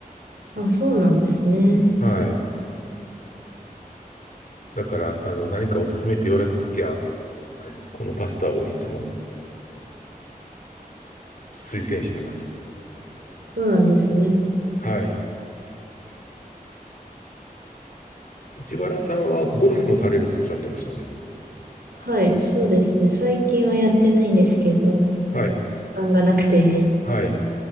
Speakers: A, on the right; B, on the left.
A: あ、そうなんですね。
B: はい。だから、あの、何かおすすめって言われた時は、このパスタをいつも推薦してます。
A: そうなんですね。
B: はい。内原さんはゴルフもされるとおっしゃってましたね。
A: はい、そうですね。最近はやってないんですけど、
B: はい。
A: 時間がなくて。
B: はい。